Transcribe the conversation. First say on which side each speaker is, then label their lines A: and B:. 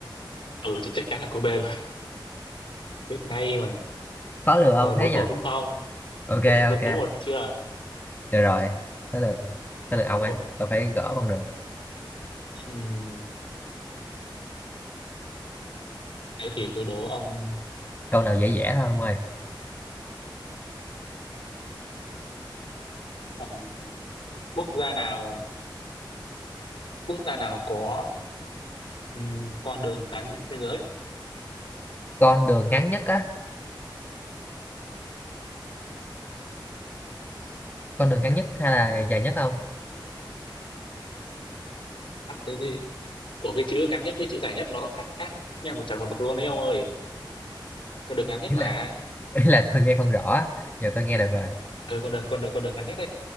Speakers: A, on the left; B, on the left.
A: ừ chứ chắc chắn là cô B rồi <laughs> biết ngay mà
B: khó lừa ông
A: rồi bốn
B: thế nhỉ
A: một đúng không
B: ok
A: bốn bốn-
B: ok
A: bốn một chưa
B: được rồi tới lượt tới lượt ông ấy
A: Ồ,
B: tôi phải gỡ bằng được
A: ừm, thế thì tôi đố ông
B: câu nào dễ dễ thôi ông ơi
A: ờ, quốc gia nào quốc gia nào có ừm, con đường ngắn nhất thế giới
B: con đường ngắn nhất á con đường ngắn nhất hay là dài nhất không
A: à, cái gì Ủa cái chữ ngắn nhất với chữ dài nhất nó khác khác, khác nhau một trời một vực luôn đấy ông ơi con đường ngắn nhất
B: ý
A: mà
B: là ý là tôi nghe không rõ á. giờ tôi nghe được rồi
A: ừ, con đường con đường con đường ngắn nhất